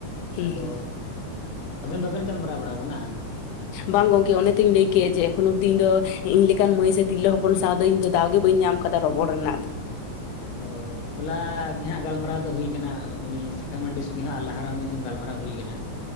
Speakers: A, on the left; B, on the left.
A: ᱦᱩᱸ
B: ᱟᱫᱚ
A: ᱦᱩᱸ
B: ᱟᱵᱮᱱ ᱫᱚ ᱟᱵᱮᱱ ᱜᱟᱞᱢᱟᱨᱟᱣ ᱵᱟᱲᱟᱣ ᱠᱟᱱᱟ?
A: ᱵᱟᱝ ᱜᱚᱝᱠᱮ ᱚᱱᱮ ᱛᱤᱧ ᱞᱟᱹᱭ ᱠᱮ ᱡᱮ ᱮᱠᱷᱚᱱ ᱚᱵᱫᱤᱧ ᱫᱚ ᱤᱧ ᱞᱮᱠᱟᱱ ᱢᱟᱹᱭ ᱥᱮ ᱛᱤᱨᱞᱟᱹ ᱦᱚᱯᱚᱱ ᱥᱟᱶ ᱫᱚ ᱤᱧ ᱫᱚ ᱫᱟᱣ ᱜᱮ ᱵᱟᱹᱧ ᱧᱟᱢ ᱟᱠᱟᱫᱟ ᱚ ᱨᱚᱯᱚᱲ ᱨᱮᱱᱟᱜ ᱫᱚ
B: ᱚ ᱦᱚᱞᱟᱜ ᱜᱮ ᱦᱟᱸᱜ ᱜᱟᱞᱢᱟᱨᱟᱣ ᱫᱚ ᱦᱩᱭᱩᱟᱱᱟ ᱩᱱᱤ ᱥᱤᱠᱷᱟ ᱢᱟᱱᱰᱤ ᱥᱚᱸᱜᱮ ᱦᱚᱸ ᱟᱨ ᱞᱟᱦᱟᱨ ᱨᱮᱦᱚᱸ ᱢᱤᱫ ᱫᱚᱢ ᱜᱟᱞᱢᱟᱨᱟᱣ ᱦᱩᱭᱩ ᱟᱱᱟ <inaudible>